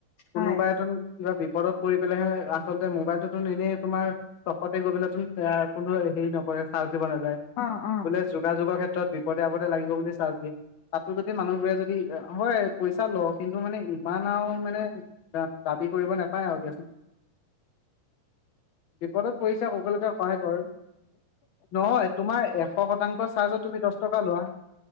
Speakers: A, on the left; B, on the left.
A: হয়,
B: কোনোবায়ে তুন। কিবা বিপদত পৰি পেলেহে আচলতে মোবাইলটোতোন এনেই তোমাৰ চখতে গৈ পেলাই তোন কোনো হেৰি নকৰে। চা- নাযায়
A: অ', অ',
B: বোলে যোগাযোগৰ ক্ষেত্ৰত। - ক্ষেত্ৰত বিপদে- আপদে লাগিব বুলি চাৰ্জ দিয়ে। তাতো যদি মানুহবোৰে যদি হয় পইচা ল, কিন্তু মানে ইমান আৰু মানে দাবী কৰিব নাপায় আৰু দিয়াচোন। বিপদত পইচা সকলোকে সহায় কৰে। নহয়। তোমাৰ এশ শতাংশ চাৰ্জত তুমি দছ টকা লোৱা।